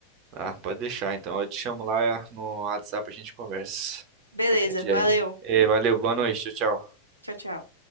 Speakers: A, on the right; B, on the right.
A: Ah, pode deixar então, eu te chamo lá no WhatsApp, a gente conversa.
B: Beleza,
A: Qualquer dia
B: valeu.
A: aí. Ei, valeu, boa noite, tchau, tchau.
B: Tchau, tchau.